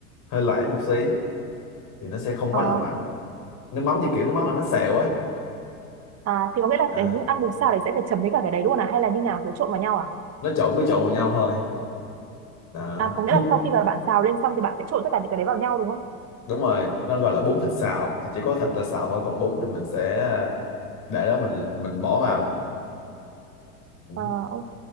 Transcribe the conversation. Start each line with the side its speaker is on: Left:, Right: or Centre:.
Left: hơi loãng một xí thì nó sẽ không
Right: ờ
Left: quá là mặn nước mắm như kiểu nước mắm làm bánh xèo ấy
Right: à thì có nghĩa là
Left: à,
Right: cái ăn bún xào đấy sẽ phải chấm với cả cái đấy luôn à hay là như nào kiểu trộn vào nhau à
Left: nó trộn cứ trộn vào nhau thôi Đó,
Right: À có nghĩa
Left: đúng
Right: là sau khi mà bạn xào lên xong thì bạn sẽ trộn tất cả những cái đấy vào nhau đúng không?
Left: đúng rồi nó gọi là bún thịt xào thì chỉ có thịt là xào thôi còn bún thì mình sẽ để đó mình mình bỏ vào Ừ.
Right: À, ok,